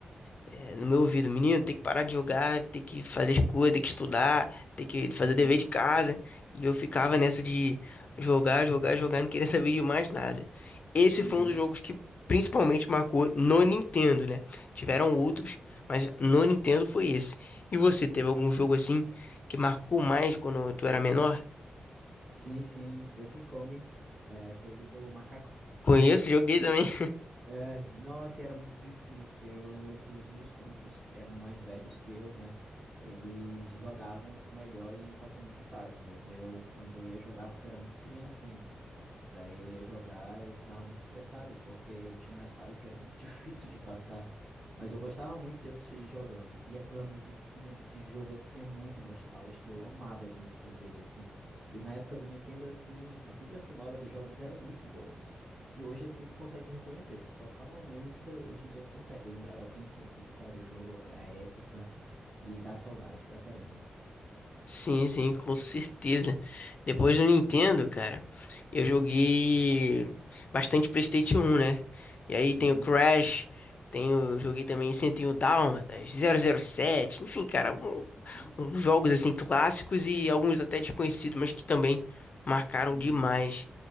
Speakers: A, on the left; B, on the right.
A: é, no meu ouvido, menino, tem que parar de jogar, tem que fazer as coisas, tem que estudar, tem que fazer
B: uhum,
A: o dever de casa. E eu ficava nessa de jogar, jogar, jogar, não queria <laughs> saber de mais nada. Esse
B: uhum.
A: foi um dos jogos que principalmente marcou no Nintendo, né? Tiveram outros, mas no Nintendo foi esse. E você teve algum jogo assim que marcou mais quando tu era menor?
B: Sim, sim, Donkey Kong. É aquele do macaco.
A: Conheço, joguei também.
B: É, nossa, e era muito difícil. Eu lembro que os meus primos, que eram mais velhos que eu, né? Eles jogavam melhor e iam passando de fase, mas eu, quando eu ia jogar, porque eu era muito criança ainda. E Daí eu ia jogar, eu ficava muito estressado, porque tinha umas fases que era muito difícil de passar. Mas eu gostava muito de assistir ele jogando. E aquela musiquinha desse jogo, assim, é muito nostálgica. Eu amava as músicas dele, assim. E na época do Nintendo, assim, a trilha sonora dos jogos eram muito boas. Se hoje assim tu consegue reconhecer, se tocar uma música, hoje em dia tu consegue lembrar da tua infância, de qual era o jogo, a a época, e dá saudade pra caramba.
A: Sim, sim, com certeza. Depois do Nintendo, cara, eu joguei bastante PlayStation um né? E aí tem
B: Uhum,
A: o Crash, tenho, joguei também 101 Dálmatas, zero zero sete enfim, cara, um-
B: uhum,
A: uns jogos assim clássicos e alguns até desconhecidos, mas que também marcaram
B: uhum,
A: demais.